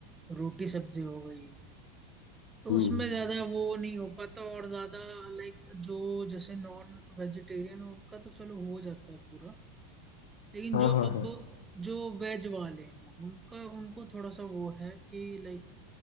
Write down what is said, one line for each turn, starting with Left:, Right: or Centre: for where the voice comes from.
Right: रोटी सब्जी हो गई तो
Left: हम्म,
Right: उसमें ज्यादा वो नहीं हो पाता और ज्यादा लाइक जो जैसे नॉन वेजिटेरियन है उनका तो चलो हो जाता है पूरा लेकिन
Left: हाँ
Right: जो
Left: हाँ
Right: अब
Left: हाँ
Right: जो वेज वाले हैं उनका उनको थोड़ा सा वो है कि लाइक